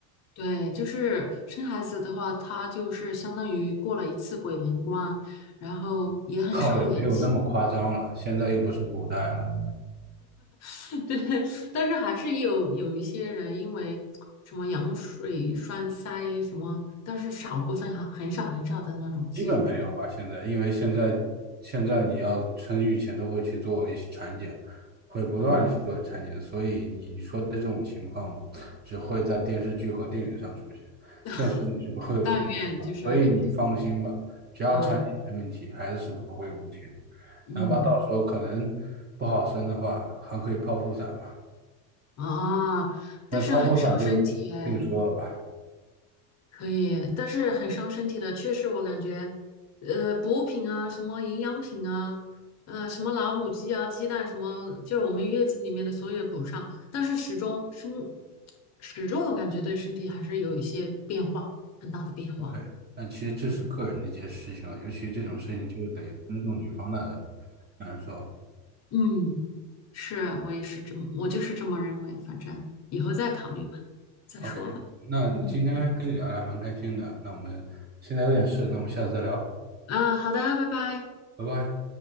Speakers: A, on the left; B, on the right.
A: 对，就是生孩子的话，他就是相当于过了一次鬼门关，然后也很伤元气。
B: 倒也没有那么夸张了，现在又不是古代了。
A: <laughs> 对，但是还是有有一些人因为什么羊水栓塞什么，但是少部分哈，很少很少的那种几率。
B: 基本没有吧，现在，因为现在现在你要生育前都会去做一些产检，会不断地去做产检，
A: 嗯，
B: 所以你说的这种情况只会在电视剧和电影上出现，
A: <laughs>
B: 现实里是不会有这种情况，
A: 但愿就是，
B: 所以你放心吧，只要产检没问题，
A: 啊，
B: 孩子是不会有问题的，
A: 嗯
B: 哪怕到时候可能不好生的话，还可以剖腹产嘛，
A: 啊，但是很伤身体哎，
B: 那剖腹产就另说了吧。
A: 可以，但是很伤身体的，确实我感觉，呃，补品啊，什么营养品啊，呃，什么老母鸡啊，鸡蛋什么，就是我们月子里面的所有补上，但是始终身始终我感觉对身体还是有一些变化，很大的变化。
B: OK，但其实这是个人的一件事情了，
A: 对，
B: 尤其这种事情就得尊重女方的感受。
A: 嗯，是啊，我也是这么，我就是这么认为。反正以后再考虑吧，再说吧。
B: OK，那今天跟你聊的还蛮开心的，
A: 嗯，
B: 那我们现在有点事，那我们下次再聊，
A: 啊，好的，拜拜。
B: 拜拜。